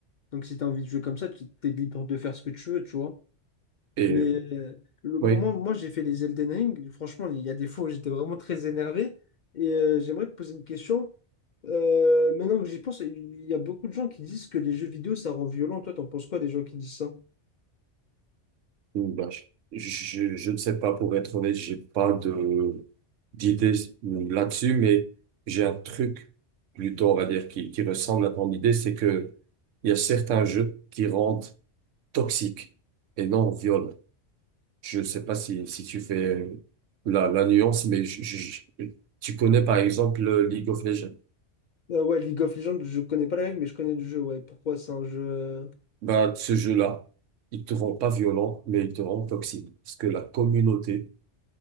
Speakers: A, on the left; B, on the right.
A: Donc si tu as envie de jouer comme ça, tu es libre de faire ce que tu veux, tu vois.
B: Et
A: Mais euh, le
B: oui.
A: moment moi j'ai fait les Elden Ring, franchement, il y a des fois où j'étais vraiment très énervé. Et euh, j'aimerais te poser une question. Euh, maintenant que j'y pense, il y a beaucoup de gens qui disent que les jeux vidéo, ça rend violent. Toi, t'en penses quoi des gens qui disent ça?
B: Mm, bah, je, je, je ne sais pas, pour être honnête, j'ai pas de d'idée là-dessus, mais j'ai un truc plutôt, on va dire, qui, qui ressemble à ton idée, c'est que il y a certains jeux qui rendent toxiques et non violents. Je ne sais pas si, si tu fais euh, la, la nuance, mais je- je- je- tu connais par exemple le League of Legends.
A: Euh, ouais, League of Legends, je connais pas la règle, mais je connais le jeu. Ouais, pourquoi c'est un jeu. euh,
B: Bah, ce jeu-là, il te rend pas violent, mais il te rend toxique. Parce que la communauté